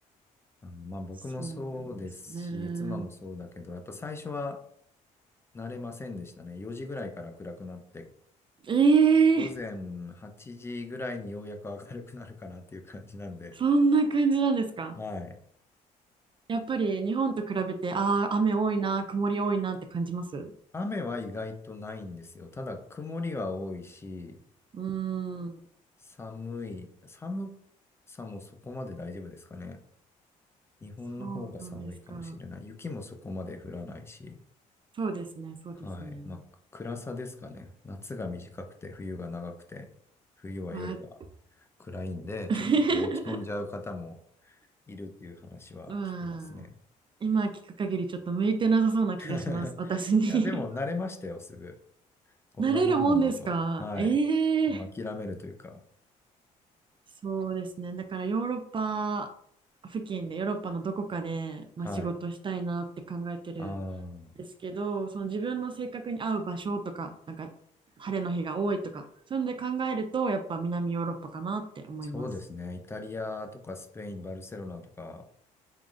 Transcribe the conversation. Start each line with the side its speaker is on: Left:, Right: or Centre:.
Left: あの、まあ僕もそうですし、
Right: そうですね。
Left: 妻もそうだけど、やっぱ最初は慣れませんでしたね。4時ぐらいから暗くなって、
Right: ええー
Left: 午前8時ぐらいにようやく明るくなるかなっていう感じなんで、
Right: そんな感じなんですか。
Left: はい。
Right: やっぱり日本と比べて、ああ、雨多いな、曇り多いなって感じます。う
Left: 雨は意外とないんですよ。ただ曇りは多いし、
Right: ーん、
Left: 寒い、寒さもそこまで大丈夫ですかね。日本の方が寒いかもしれない。
Right: そうなんですか。
Left: 雪もそこまで降らないし。
Right: そうですね、そうですね。
Left: はい。まあ、暗さですかね。夏が短くて、冬が長くて、冬は夜が
Right: まあ、
Left: 暗いんで、
Right: <laughs>
Left: ちょっとこう落ち込んじゃう方もいるっていう話は聞きますね。
Right: まあ今聞く限りちょっと向いてなさそうな気がします、
Left: <laughs>
Right: 私に
Left: いや、
Right: <laughs>
Left: でも慣れましたよ、すぐ。こんなもんなんだと。
Right: なれるもんですか。
Left: はい。
Right: ええー
Left: もう諦めるというか。
Right: そうですね。だからヨーロッパ付近で、ヨーロッパのどこかで、まあ、
Left: はい。
Right: 仕事したいなって考えてる。
Left: ああ、
Right: ですけど、その自分の性格に合う場所とか、なんか晴れの日が多いとか、そういうので考えると、やっぱ南ヨーロッパかなって思います。
Left: そうですね。イタリアとかスペイン、バルセロナとか、